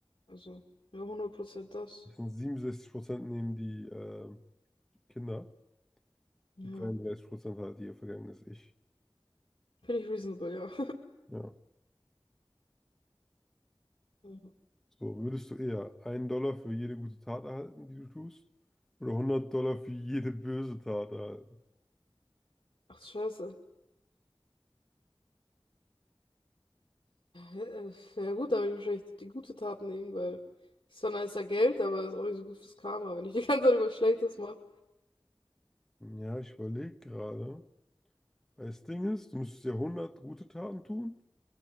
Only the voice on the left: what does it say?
Also, ja, hundert Prozent das.
Ja.
Finde ich reasonable, ja.
<laughs>
Ach, scheiße. Äh, Ja gut, da würde ich wahrscheinlich die gute Tat nehmen, weil es ist zwar nicer Geld, aber es ist auch nicht so gut fürs Karma, wenn ich die ganze Zeit irgendwas Schlechtes mache.